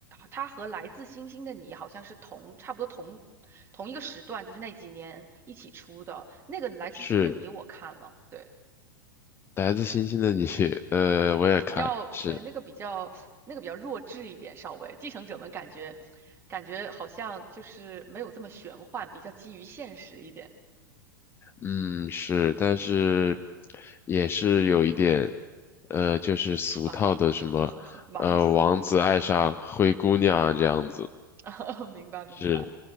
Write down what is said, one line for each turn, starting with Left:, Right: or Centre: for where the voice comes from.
Right: 他和《来自星星的你》好像是同差不多同同一个时段，就是那几年一起出的那个《来自星星的你》，
Left: 是，
Right: 我看了，对，
Left: 来自星星的你，呃，我也看，
Right: 比较对那个比较那个比较弱智一点，
Left: 是，
Right: 稍微《继承者们》感觉感觉好像就是没有这么玄幻，比较基于现实一点。
Left: 嗯，是，但是也是有一点，呃，就是俗套的什么，
Right: 玛丽，<laughs> 玛丽苏，
Left: 呃，王子爱上灰姑娘啊这样子，
Right: <laughs> 明白明白。
Left: 是，